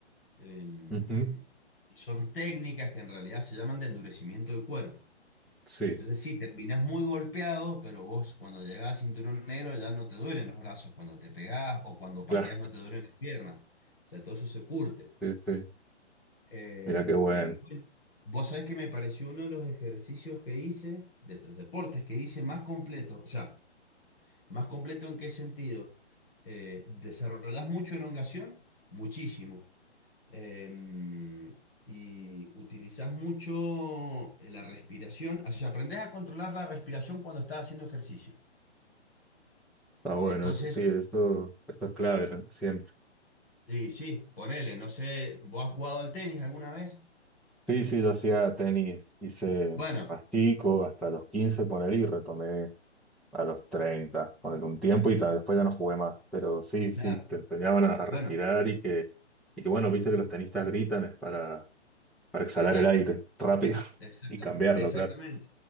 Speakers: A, on the left (about 55°); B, in the centre.
A: Em,
B: Ujú,
A: y son técnicas que en realidad se llaman de endurecimiento del cuerpo.
B: Sí,
A: Entonces sí, terminás muy golpeado, pero vos cuando llegás a cinturón negro ya no te duelen los brazos cuando te pegás o cuando pateás
B: claro,
A: no te duelen las piernas. O sea, todo eso se curte.
B: sí, sí.
A: Eh,
B: Mira qué bueno.
A: y bueno, vos sabés que me pareció uno de los ejercicios que hice, de los deportes que hice más completo. O sea, más completo en qué sentido? Eh, desarrollás mucho elongación, muchísimo. em, y utilizás mucho eh, la respiración, o sea, aprendés a controlar la respiración cuando estás haciendo ejercicio.
B: Está bueno,
A: Entonces,
B: eso sí, eso, esto es clave, ¿no? Siempre.
A: y sí, ponele, no sé, ¿vos has jugado al tenis alguna vez?
B: Sí, sí, yo hacía tenis, hice
A: Bueno,
B: más chico, hasta los 15 poner y retomé a los 30, poner un tiempo y tal, después ya no jugué más, pero sí,
A: claro,
B: sí, te enseñaban a, a respirar
A: bueno,
B: y que, y que bueno, viste que los tenistas gritan es para, para exhalar
A: exacto,
B: el aire rápido <laughs>
A: exacta-
B: y cambiarlo,
A: exactamente.
B: claro.